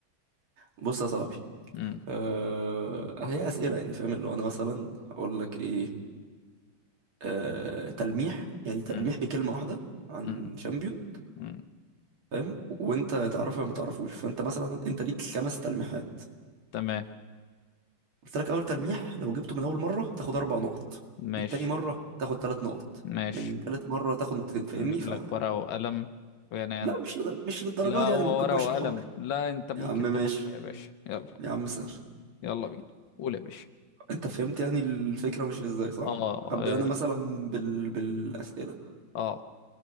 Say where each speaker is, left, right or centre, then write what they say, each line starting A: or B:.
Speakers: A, on the right; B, on the left.
A: بص يا صاحبي
B: امم
A: آه هي أسئلة يعني فاهم اللي هو أنا مثلا هقول لك إيه آه تلميح يعني تلميح
B: امم
A: بكلمة واحدة عن
B: امم
A: شامبيون
B: امم
A: فاهم وأنت تعرفه يا ما تعرفوش فأنت مثلا أنت ليك خمس تلميحات
B: تمام
A: قلت لك اول تلميح لو جبته من اول مره تاخد اربع نقط
B: ماشي
A: من تاني مره تاخد ثلاث نقط
B: ماشي
A: من تالت مره تاخد نقطتين فاهمني
B: هنجيب
A: فلا
B: لك ورقة وقلم ويعني أنت
A: مش لد... مش للدرجه
B: لا
A: دي
B: هو
A: يعني ما تكبرش
B: ورقة وقلم
A: الحوار
B: لا أنت ممكن
A: يا عم ماشي
B: تقوم يا باشا يلا
A: يا عم سهل
B: يلا بينا قول يا باشا
A: انت فهمت يعني الفكره ماشيه ازاي صح
B: اه
A: ابدا
B: اه
A: انا مثلا بال... بالاسئله
B: آه.